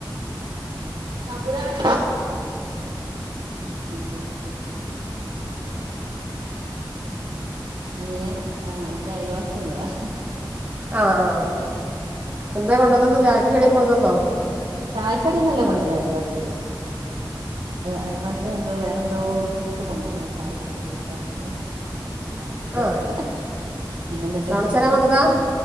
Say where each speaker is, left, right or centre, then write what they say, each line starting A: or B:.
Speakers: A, on the right; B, on the right.
A: മ്പ ആ പിന്നെന്നത് അങ്ങനെ ആ എന്റെ അയൽവാസിന്നതാ
B: ആആ ആ എന്താ കൊണ്ടന്നന്ന് ചായാക് കടി കൊടുന്നന്നോ
A: ചായക്കടന്നല്ല കൊണ്ടുവരാ അയൽവാസിയിൽ അയൽവാസിൽ എന്തോ വേറെന്തോ എത്ത് കൊണ്ടന്ന സാരിയുണ്ട ചുവിതാറും അതെന്താ സംസാക്കാൻ
B: ആ
A: പറ്റില്ല പിന്നെണ്ട്
B: കാണിച്ചു തരാൻ വന്നതാ